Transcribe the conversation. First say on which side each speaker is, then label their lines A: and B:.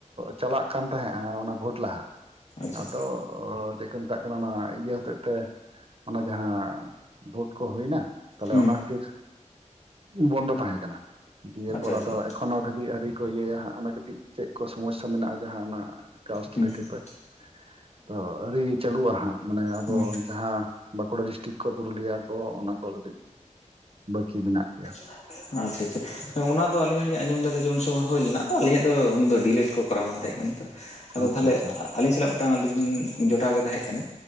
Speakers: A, on the right; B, on the left.
A: ᱪᱟᱞᱟᱜ ᱠᱟᱱ ᱛᱟᱦᱮᱸᱼᱟ ᱚᱱᱟ ᱵᱷᱳᱴ ᱞᱟᱦᱟ
B: ᱟᱪᱪᱷᱟ
A: ᱟᱫᱚ ᱚᱻ ᱪᱮᱫ ᱠᱚ ᱢᱮᱛᱟᱜ ᱠᱟᱱᱟ, ᱚᱱᱟ ᱤᱭᱟᱹ ᱦᱚᱛᱮᱜ ᱛᱮ ᱚᱱᱟ ᱡᱟᱦᱟᱸ ᱵᱷᱳᱴ ᱠᱚ ᱦᱩᱭᱱᱟ ᱛᱟᱦᱞᱮ
B: ᱦᱩᱸ
A: ᱚᱱᱟ ᱠᱷᱟᱹᱛᱤᱨ ᱵᱚᱱᱫᱚ ᱛᱟᱦᱮᱸ ᱠᱟᱱᱟ, ᱫᱤᱭᱮᱯᱚᱨ
B: ᱟᱪᱪᱷᱟ ᱟᱪᱪᱷᱟ
A: ᱟᱫᱚ ᱮᱠᱷᱚᱱ ᱦᱚᱸ ᱫᱷᱟᱹᱵᱤᱡ ᱟᱣᱨᱤ ᱠᱚ ᱤᱭᱟᱹᱭᱟ ᱦᱟᱸᱜ ᱚᱱᱟ ᱠᱟᱹᱴᱤᱡ ᱪᱮᱫ ᱠᱚ ᱥᱚᱢᱚᱥᱥᱟ ᱢᱮᱱᱟᱜᱼᱟ ᱡᱟᱦᱟᱸ ᱚᱱᱟ ᱠᱟᱥᱴ
B: ᱦᱩᱸ
A: ᱞᱮᱠᱟᱛᱮ
B: ᱦᱩᱸ
A: ᱛᱚ ᱟᱹᱣᱨᱤ ᱪᱟᱹᱞᱩᱜᱼᱟ ᱦᱟᱸᱜ ᱢᱟᱱᱮ ᱟᱵᱚ
B: ᱦᱩᱸ
A: ᱡᱟᱦᱟᱸ ᱵᱟᱸᱠᱩᱲᱟ ᱰᱤᱥᱴᱤᱠ ᱠᱚ ᱯᱩᱨᱩᱞᱤᱭᱟ ᱠᱚ ᱚᱱᱟ ᱠᱚ ᱠᱟᱹᱴᱤᱡ ᱵᱟᱹᱠᱤ ᱢᱮᱱᱟᱜ ᱜᱮᱭᱟ᱾
B: ᱟᱪᱪᱷᱟ ᱟᱪᱪᱷᱟ ᱦᱮᱸ ᱚᱱᱟ ᱫᱚ ᱟᱞᱤᱧ ᱦᱚᱸᱞᱤᱧ ᱟᱸᱡᱚᱢ ᱞᱮᱫᱟ ᱡᱮ ᱩᱱ ᱥᱚᱢᱚᱭ ᱦᱩᱭ ᱞᱮᱱᱟ ᱟᱫᱚ ᱟᱞᱤᱧᱟᱜ ᱫᱚ ᱩᱱ ᱫᱚ ᱰᱤᱭᱮᱞᱮᱴ ᱠᱚ ᱠᱚᱨᱟᱣ ᱵᱟᱝ ᱛᱟᱦᱮᱸ ᱠᱟᱱᱟ᱾ ᱟᱫᱚ
A: ᱟᱪᱪᱷᱟ
B: ᱛᱟᱦᱚᱞᱮ
A: ᱟᱪᱪᱷᱟ
B: ᱟᱹᱞᱤᱧ ᱥᱟᱞᱟᱜ ᱢᱤᱫᱴᱟᱝ ᱟᱞᱤᱧ ᱨᱮᱱ ᱡᱚᱴᱟᱣ ᱜᱮ ᱛᱟᱦᱮᱸᱜ ᱠᱟᱱᱟᱭ